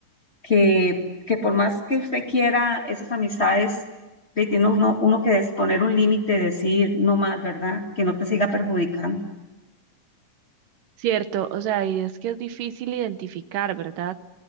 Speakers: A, on the left (about 20°); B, on the right (about 85°).
A: que, que por más que usted quiera esas amistades, le tiene uno, uno que poner un límite, decir no más, ¿verdad? Que no te siga perjudicando.
B: Cierto, o sea, y es que es difícil identificar, ¿verdad?